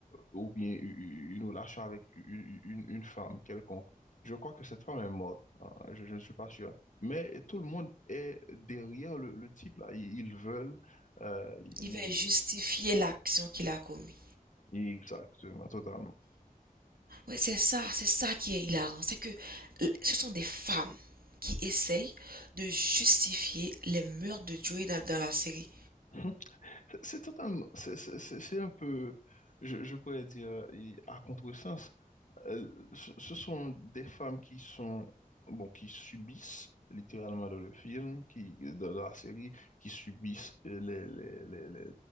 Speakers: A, on the left; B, on the right.
A: ou bien u- une relation avec u- une, une femme quelconque. Je crois que cette femme est morte, hein, je, je ne suis pas sûr. Mais tout le monde est derrière le, le type là, ils, ils veulent, euh, ils
B: Il va justifier l'action qu'il a commise.
A: i- exactement, totalement.
B: Oui, c'est ça, c'est ça qui est hilarant. C'est que ce sont des femmes qui essayent de justifier les meurtres de Joey dans, dans la série.
A: Mhm. C'est c'est totalement, c'est c'est- c'est- c'est un peu, je, je pourrais dire, et à contresens. Euh, ce, ce sont des femmes qui sont, bon, qui subissent littéralement dans le film, qui, dans la série, qui subissent les, les, les, les,